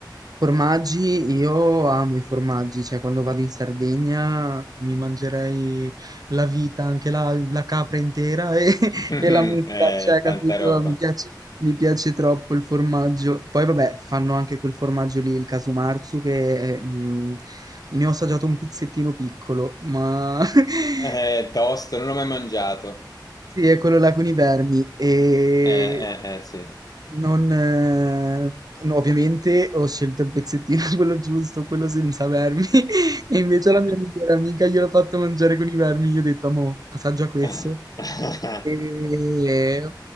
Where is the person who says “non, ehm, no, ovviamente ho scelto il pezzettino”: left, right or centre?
Right